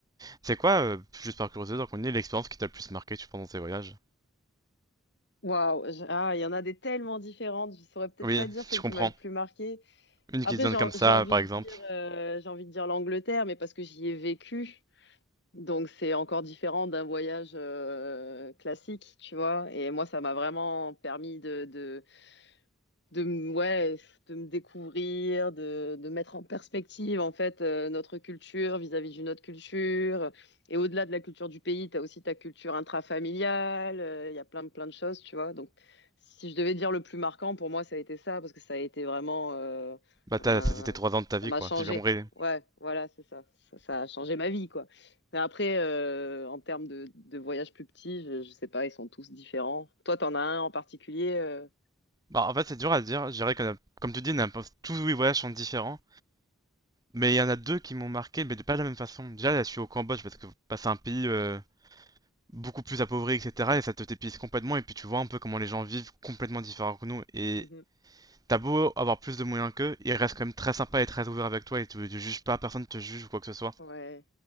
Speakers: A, on the right; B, on the left.
A: C'est quoi, euh, juste par curiosité, donc on est l'expérience qui t'a le plus marqué tu, pendant tes voyages?
B: Waouh, j'- ah, il y en a des tellement différentes. Je saurais peut-être
A: Oui,
B: pas dire celle
A: je comprends.
B: qui m'a le plus marquée.
A: Une
B: Après,
A: qui se donne
B: j'ai en-
A: comme ça,
B: j'ai envie
A: par
B: de
A: exemple.
B: dire, euh, j'ai envie de dire l'Angleterre, mais parce que j'y ai vécu. Donc c'est encore différent d'un voyage euh, classique, tu vois. Et moi, ça m'a vraiment permis de, de de, m- ouais, de me découvrir, de, de mettre en perspective en fait euh, notre culture vis-à-vis d'une autre culture. Et au-delà de la culture du pays, tu as aussi ta culture intrafamiliale, euh, il y a plein de plein de choses, tu vois. Donc si je devais dire le plus marquant pour moi, ça a été ça parce que ça a été vraiment euh,
A: Bah, t'as,
B: un-
A: c'était trois ans de ta
B: ça
A: vie,
B: m'a
A: quoi,
B: changé.
A: si j'ai bien compris.
B: Ouais, voilà, c'est ça. ça. ça a changé ma vie quoi. Mais après euh, en termes de, de voyages plus petits, je, je sais pas, ils sont tous différents. Toi, t'en as un en particulier euh,
A: Bah, en fait, c'est dur à dire. Je dirais qu'on comme tu dis, on a tous les voyages sont différents. Mais il y en a deux qui m'ont marqué, mais de pas de la même façon. Déjà, là, je suis au Cambodge parce que c'est un pays euh, beaucoup plus appauvri, etc. Et ça te t'épuise complètement. Et puis, tu vois un peu comment les gens vivent complètement différents que nous. Et
B: Mhm.
A: T'as beau avoir plus de moyens qu'eux, ils restent quand même très sympas et très ouverts avec toi et tu, tu juges pas, personne te juge ou quoi que ce soit.
B: Ouais.